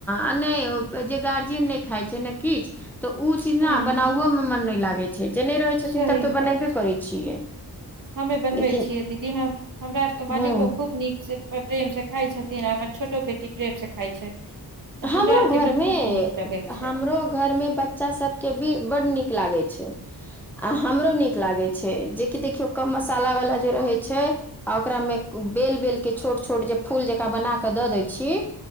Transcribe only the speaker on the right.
हूँ
सही
बात
छै
हमे बनवे
छियै दीदी ह हमरा आर तो मालिको
खूब नीक से प्रेम से खााय छथिन हमर छोटो बेटी प्रेम सँ खाइ छै तऽ
हमरा आरके
भी खूब नीक लगै छै